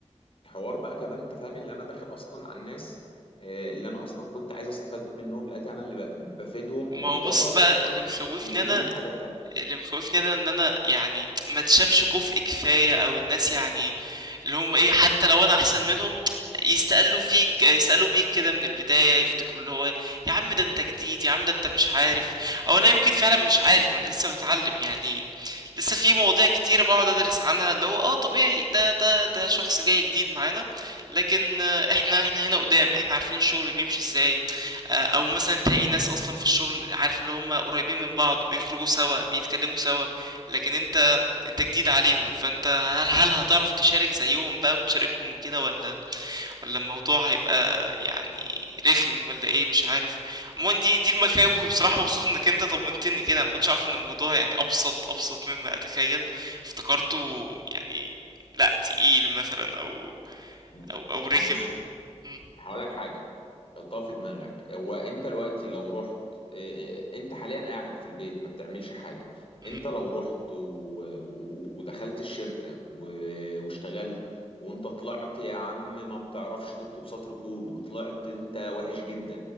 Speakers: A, on the left; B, on the right.
A: الحوار بقى كمان انت فاهم اللي انا داخل اصلا على الناس آه، اللي انا اصلا كنت عايز استفاد منهم لقيت انا اللي ب- بفيدهم وحوار
B: ما هو بص
A: برضه
B: بقى
A: هم
B: اللي مخوفني
A: بيفيدوني
B: انا
A: في حاجات تانية
B: اللي مخوفني انا ان انا يعني ما تشافش كفء كفايه او الناس يعني اللي هم ايه حتى لو انا احسن منهم يستقلوا فيك يسألوا بيك كده من البداية يفتكروا اللي هو يا عم ده انت جديد يا عم ده انت مش عارف او انا يمكن فعلا مش عارف ما انا لسه بتعلم يعني لسه في مواضيع كتيرة بقعد ادرس عنها اللي هو اه طبيعي ده ده ده شخص جاي جديد معانا لكن آه، احنا احنا هنا قدام احنا عارفين الشغل بيمشي ازاي آه، او مثلا تلاقي ناس اصلا في الشغل عارف اللي هم قريبين من بعض بيخرجوا سوا بيتكلموا سوا لكن انت انت جديد عليهم فانت هل, هل هتعرف تشارك زيهم بقى وتشاركهم وكده ولا ولا الموضوع هيبقى يعني رخم ولا ايه مش عارف عموما دي دي المخاوف وبصراحة مبسوط انك انت طمنتني كده ما كنتش عارف ان الموضوع يعني ابسط ابسط مما اتخيل افتكرته يعني لا تقيل مثلا او
A: م-
B: او او رخم
A: بص
B: مم.
A: هقول لك حاجة حطها في دماغك هو انت دلوقتي لو رحت اه، اه، انت حاليا قاعد في البيت ما بتعملش حاجة
B: مم.
A: انت لو رحت و... و... ودخلت الشركة و... واشتغلت وانت طلعت يا عم ما بتعرفش تكتب سطر كود وطلعت انت وحش جدا